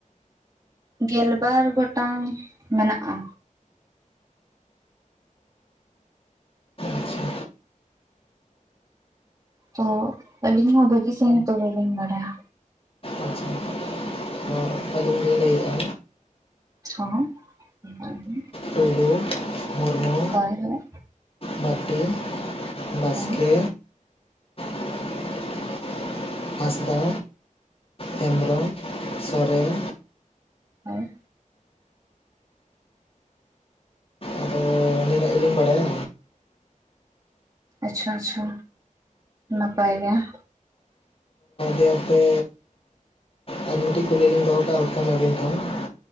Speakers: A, on the right (about 30°); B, on the left (about 45°).
A: ᱜᱮᱞᱵᱟᱨ ᱜᱚᱴᱟᱝ ᱢᱮᱱᱟᱜ-ᱟ᱾
B: ᱟᱪᱪᱷᱟ
A: ᱛᱚ ᱟᱹᱞᱤᱧ ᱦᱚᱸ ᱵᱷᱟᱹᱜᱤ ᱥᱟᱺᱦᱤᱡ ᱫᱚ ᱵᱟᱹᱞᱤᱧ ᱵᱟᱰᱟᱭᱟ᱾
B: ᱟᱪᱪᱷᱟ ᱛᱚ ᱟᱹᱞᱤᱧ ᱞᱤᱧ ᱞᱟᱹᱭᱮᱜ-ᱟ᱾
A: ᱦᱚᱸ ᱞᱟᱹᱭ ᱵᱤᱱ᱾
B: ᱴᱩᱰᱩ ᱢᱩᱨᱢᱩᱼᱼ
A: ᱦᱳᱭ ᱦᱳᱭ᱾
B: ᱢᱟᱨᱰᱤ ᱵᱟᱥᱠᱮ
A: ᱦᱳᱭ
B: ᱼᱼ ᱦᱟᱸᱥᱫᱟᱼᱼ ᱦᱮᱢᱵᱨᱚᱢ ᱥᱚᱨᱮᱱᱼᱼ
A: ᱟᱨᱼᱼ
B: ᱟᱫᱚ ᱱᱤᱱᱟᱹᱜ ᱵᱟᱰᱟᱭᱟ ᱼᱼ
A: ᱟᱪᱪᱷᱟ ᱟᱪᱪᱷᱟ ᱱᱟᱯᱟᱭ ᱜᱮ ᱾
B: ᱟᱯᱮ ᱟᱨ ᱢᱤᱫᱴᱤᱡ ᱠᱩᱞᱤ ᱞᱤᱧ ᱫᱚᱦᱚ ᱠᱟᱜᱼᱟ ᱟᱹᱵᱤᱱ ᱴᱷᱮᱱ ᱾